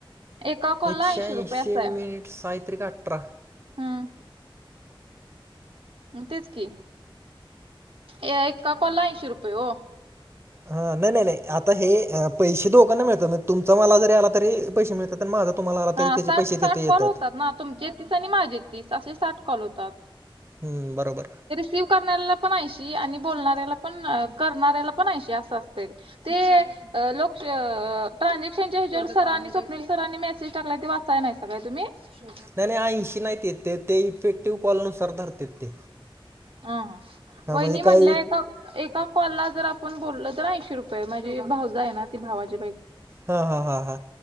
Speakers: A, on the right; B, on the right.
A: एका कॉल
B: एकशे
A: ला ऐशी
B: ऐंशी
A: रुपयेचा
B: मिनिट
A: आहे
B: साय त्रिक अठरा
A: हम्म तेच कि, ए एकका कोला ऐशे रुपयेो
B: ह नाही नाही नाही आता हे पैसे दोकांना मिळत ना तुमच मला जरी आला तरी पैसे मिळत माझ तुम्हाला तरी
A: हा
B: त्याचे
A: साठ
B: पैसे
A: साठ
B: तिथे येतात.
A: कॉल होतात ना तुमचे तीस आणि माझे तीस असे साठ कॉल होतात
B: हम्म बरोबर
A: सीव्ह करणाऱ्याला पण शी आणि बोलणाऱ्याला पण करणाऱ्याला पण शी असं असते ते लोक ट्रानझक्शनच्या हिजेवर सरांनी स्वप् सरांनी मेसेज ला ते वाचाय नाही सका तुम्ही शो
B: नाही नाही ऐंशी नाहीत येत ते ते इफेक्टिव्ह कॉलनुसार धरतात ते
A: हा
B: हा
A: वहिनी
B: म्हणजे
A: म्हटलंय
B: काय
A: का एका कॉलला जर आपण बोललं तर ऐंशी रुपये माझे भावज आहे ना ती भावाचीै
B: हा हा हा हां